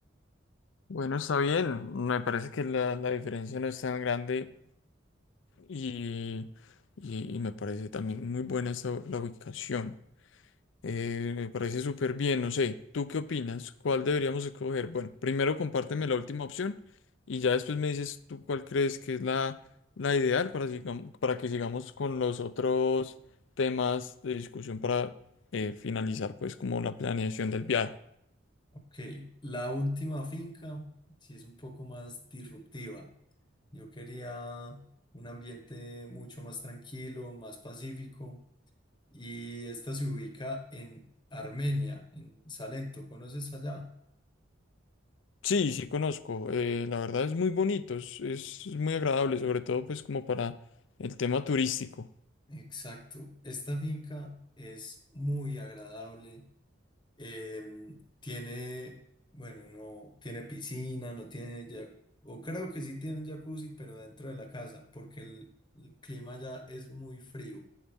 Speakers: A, on the left; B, on the left.
A: Bueno, está bien. Me parece que la, la diferencia no es tan grande y, y- y me parece también muy buena esa- la ubicación. Eh, me parece súper bien, no sé. ¿Tú qué opinas? ¿Cuál deberíamos escoger? Bueno, primero compárteme la última opción y ya después me dices tú cuál crees que es la, la ideal para, sigam- para que sigamos con los otros temas de discusión para eh, finalizar pues como la planeación del viaje.
B: Ok, la última finca sí es un poco más disruptiva. Yo quería un ambiente mucho más tranquilo, más pacífico, y esta se ubica en Armenia, en Salento. ¿Conoces allá?
A: Sí, sí conozco. eh, la verdad es muy bonito, es, es muy agradable, sobre todo pues como para el tema turístico.
B: Exacto. Esta finca es muy agradable. em, tiene, bueno, no tiene piscina, no tiene ya, o creo que sí tiene un jacuzzi, pero dentro de la casa, porque el el clima ya es muy frío.